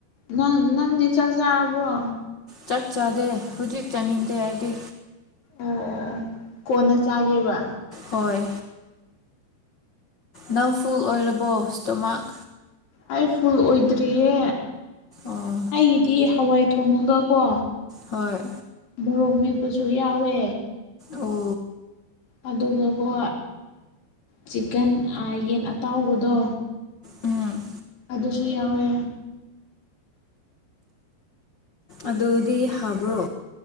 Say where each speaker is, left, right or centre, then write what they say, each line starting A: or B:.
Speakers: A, on the left (about 55°); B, on the left (about 75°).
A: ꯅꯪ ꯅꯪꯗꯤ ꯆꯥꯛ ꯆꯥꯔꯕ꯭ꯔꯣ
B: ꯆꯞ ꯆꯥꯗꯦ ꯍꯧꯖꯤꯛ ꯆꯥꯅꯤꯡꯗꯦ ꯑꯩꯗꯤ
A: ꯑꯣ ꯑꯣ ꯀꯣꯟꯅ ꯆꯥꯒꯦꯕ
B: ꯍꯣꯏ ꯅꯪ ꯐꯨꯜ ꯑꯣꯏꯔꯕꯣ ꯏꯁꯇꯣꯃꯥꯛ
A: ꯑꯩ ꯐꯨꯜ ꯑꯣꯏꯗ꯭ꯔꯤꯌꯦ
B: ꯑꯣ
A: ꯑꯩꯒꯤꯗꯤ ꯍꯋꯥꯏ ꯊꯣꯡꯉꯒꯀꯣ
B: ꯍꯣꯏ
A: ꯃꯣꯔꯣꯡ ꯃꯦꯠꯄꯁꯨ ꯌꯥꯎꯋꯦ
B: ꯑꯣ
A: ꯑꯗꯨꯒꯀꯣ ꯆꯤꯀꯟ ꯌꯦꯟ ꯑꯇꯥꯎꯕꯗꯣ
B: ꯎꯝ
A: ꯑꯗꯨꯁꯨ ꯌꯥꯎꯋꯦ
B: ꯑꯗꯨꯗꯤ ꯍꯥꯏꯕ꯭ꯔꯣ